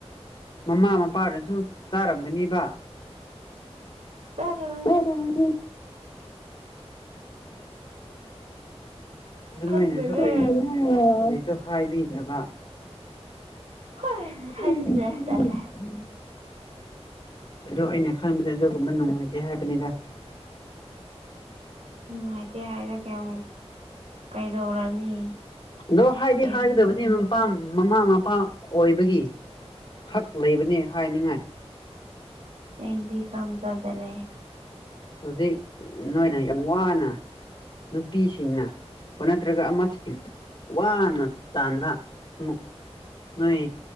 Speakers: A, on the left; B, on the right.
A: ꯃꯃꯥ ꯃꯄꯥꯅꯁꯨ ꯆꯥꯔꯝꯒꯅꯤꯕ
B: ꯆꯥꯔꯨꯔꯅꯤ
A: ꯑ <unintelligible> ꯑꯗꯨ
B: ꯈꯪꯗꯔꯦ
A: ꯅꯣꯏꯅꯁꯨ ꯀꯔꯤꯁꯨ ꯍꯥꯏꯕꯤꯗꯒ
B: ꯍꯣꯏ
A: ꯐ <unintelligible>
B: ꯍꯥꯏꯅꯤꯡꯗꯦ ꯇꯜꯂꯦ
A: ꯑꯗꯣ ꯑꯩꯅ ꯈꯪꯕꯗ ꯑꯗꯨꯒꯨꯝꯕ ꯅꯨꯡꯉꯥꯏꯇꯦ ꯍꯥꯏꯕꯅꯤꯗ
B: ꯅꯨꯡꯉꯥꯏꯇꯦ ꯍꯥꯏꯁꯨ ꯀꯩ ꯀꯩꯗꯧꯔꯅꯤ
A: ꯑꯗꯣ ꯍꯥꯏꯗꯤ
B: ꯑꯩꯗꯤ
A: ꯍꯥꯏꯒꯗꯕꯅꯦ
B: ꯈꯪ
A: ꯃꯄꯥ ꯃꯃꯥ ꯃ ꯅꯨꯄꯥ ꯑꯣꯏꯕꯒꯤ ꯍꯛ ꯂꯩꯕꯅꯦ ꯍꯥꯏꯅꯤꯡꯉꯥꯏ
B: ꯏꯗꯤ ꯀꯝꯆꯥꯥꯗ ꯂꯩꯦ
A: ꯍꯧꯖꯤꯛ ꯅꯣꯏꯅ ꯌꯥꯝ ꯋꯥꯅ ꯅꯨꯄꯤꯁꯤꯡꯅ ꯅꯠꯇ꯭ꯔꯒ ꯑꯃ ꯋꯥꯅ ꯇꯥꯟꯊꯅꯨ ꯑꯃꯨꯛ ꯅꯣꯏ